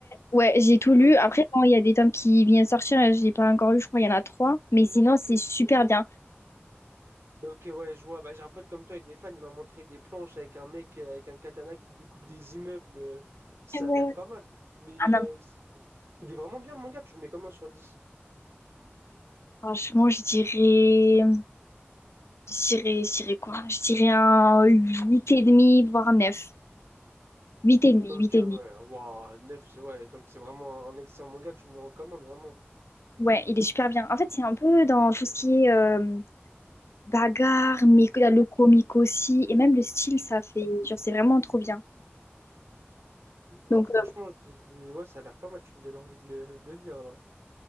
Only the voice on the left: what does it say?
Ouais, j'ai tout lu.
Après, bon, il y a des tomes qui viennent sortir. Je l'ai pas encore lu. Je crois qu'il y en a trois. Mais sinon, c'est super bien.
Ah ouais,
ouais.
Ah
non, mais
franchement, je dirais... Je dirais, je dirais quoi? Je dirais un 8,5, voire neuf huit virgule cinq, huit
8,5, 8,5.
Ouais, il est super bien. En fait, c'est un peu dans tout ce qui est euh, bagarre, mais que- le comique aussi, et même le style, ça fait, genre, c'est vraiment trop bien.
Donc,
euh,